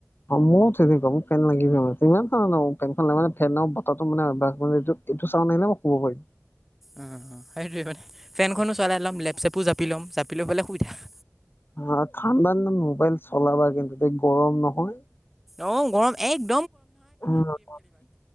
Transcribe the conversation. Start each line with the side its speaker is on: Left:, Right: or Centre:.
Left: অ মোৰ তেনেকা মোক ফেন লাগিবই মানে। ইমান ফেন নহক, ফেনখন লাগিবই ফেনৰ বতাহটো মানে। অভ্যাস কৰি লৈছো। এইটো চাউণ্ড নাহিলে মই শুব পাৰিম।
Centre: উ সেইটোৱে মানে ফেনখনো চলাই লম লেপচেপো জাপি ল'ম জাপি লৈ পেলাই শুই থাকিম।
Left: হ ঠাণ্ডা দিনত মোবাইল চলাবা কিন্তু ত গৰম নহয়
Centre: অ গৰম এক
Left: <unintelligible>